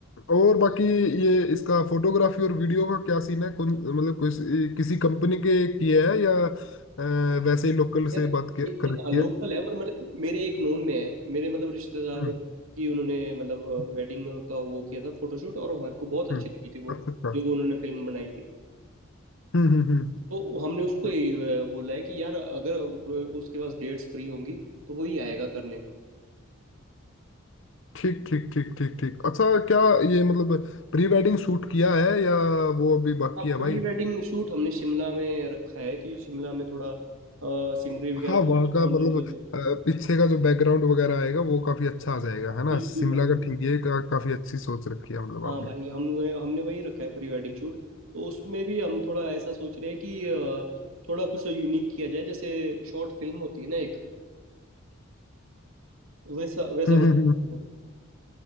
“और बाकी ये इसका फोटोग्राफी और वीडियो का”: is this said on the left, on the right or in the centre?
Left